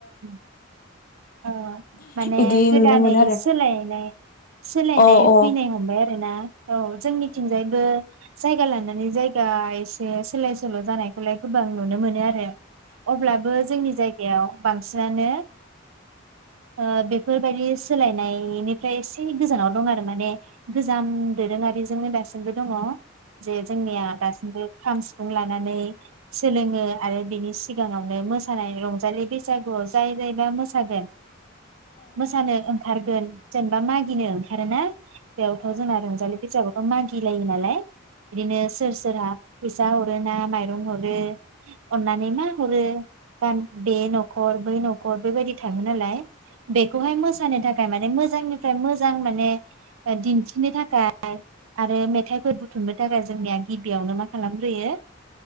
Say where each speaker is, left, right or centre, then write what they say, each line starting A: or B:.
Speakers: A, on the right; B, on the left.
A: उम ओ माने
B: इदि
A: गोदानै
B: नुनो मोनो आरो
A: सोलायनाय सोलायनाय
B: अ अ
A: फैनाय हमबाय आरो ना औ जोंनिथिंजायबो जायगा लानानै जायगा एसे सोलाय सोल' जानायखौलाय गोबां नुनो मोनो आरो अब्लाबो जोंनि जायगायाव बेयाव बांसिनानो ओ बेफोरबायदि सोलायनायनिफ्राय एसे गोजानाव दं आरो माने गोजाम दोरोङारिजोंनो दासिमबो दङ जे जोंनिया दासिमबो खाम सिफुं लानानै सोलोङो आरो बिनि सिगाङावनो मोसानाय रंजालि बैसागुआव जाय जायबा मोसागोन मोसानो ओंखारगोन जेनेबा मागिनो ओंखारोना बेयावथ' जोंना रंजालि बैसागु ओ मागि लायो नालाय बिदिनो सोर सोरहा फैसा हरो ना माइरं हरो अननानै मा हरो बा बे न'खर बै न'खर बेबायदि थाङो नालाय बेखौहाय मोसानो थाखाय मा ने मोजांनिफ्राय मोजां माने ओ दिन्थिनो थाखाय आरो मेथाइफोर बुथुमनो थाखाय जोंनिया गिबियावनो मा खालामग्रोयो